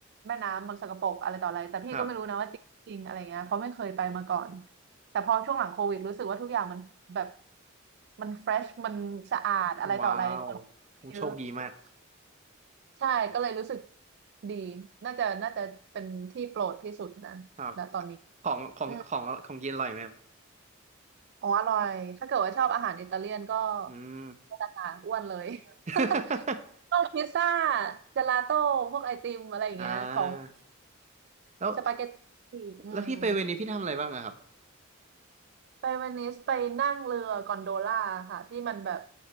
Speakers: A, on the right; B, on the right.
A: แม่น้ำมันสกปรกอะไรต่ออะไรแต่พี่ก็ไม่รู้นะว่าจริงๆอะไรเงี้ยเพราะไม่เคยไปมาก่อน
B: ครับ
A: แต่พอช่วงหลังโควิดรู้สึกว่าทุกอย่างมันแบบมันเฟรชมันสะอาดอะไรต่ออะไรคน
B: ว้าวโอ้โชคดีมาก
A: เยอะใช่ก็เลยรู้สึกดีน่าจะน่าจะเป็นที่โปรดที่สุดนะณตอนนี้
B: ครับของของของของเย็นอร่อยไหมครับ
A: อืม อ๋ออร่อยถ้าเกิดว่าชอบอาหารอิตาเลียนก็
B: อืม
A: ก็จะอ้วนเลย
B: <laughs>
A: <laughs> ต้องพิซซ่าเจลาโต้พวกไอติมอะไรอย่างเงี้ยของ
B: อ่าแล้ว
A: สปาเกตตีอืม
B: แล้วพี่ไปเวนิสพี่ทำอะไรบ้างอะครับ
A: ไปเวนิสไปนั่งเรือกอนโดล่าค่ะที่มันแบบ